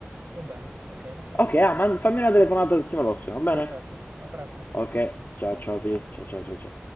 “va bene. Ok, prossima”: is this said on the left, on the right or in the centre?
Right